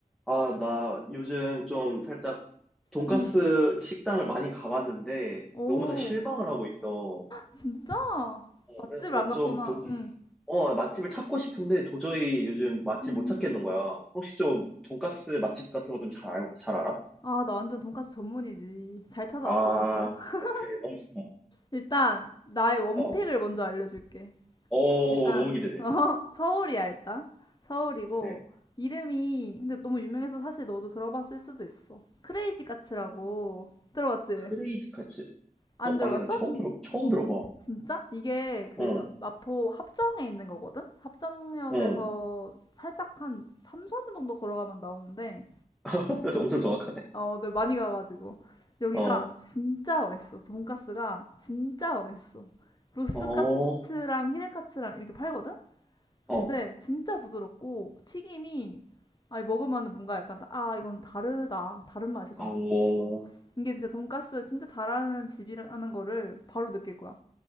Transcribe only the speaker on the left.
응.
오,
진짜? 맛집을
안 갔구나.
응.
음.
아, 나 완전 돈까스 전문이지. 잘 찾아왔어,
진짜. <laughs>
일단, 나의 원픽을
먼저 알려줄게.
일단,
<laughs> 어, 서울이야, 일단. 서울이고,
이름이, 근데 너무 유명해서 사실 너도 들어봤을 수도 있어. 크레이지 카츠라고.
들어봤지?
안
들어봤어?
진짜? 이게 그
마포 합정에 있는 거거든? 합정역에서
살짝 한 3, 4분 정도 걸어가면 나오는데,
어, 네, 많이 가가지고. 여기가
진짜 맛있어. 돈가스가 진짜 맛있어. 로스카츠랑
히레카츠랑 이렇게 팔거든?
근데 진짜 부드럽고 튀김이 아니 먹으면은 뭔가 약간 아 이건 다르다 다른 맛이다
이- 어. 이게 진짜 돈가스 진짜 잘하는 집이라는 거를 바로 느낄 거야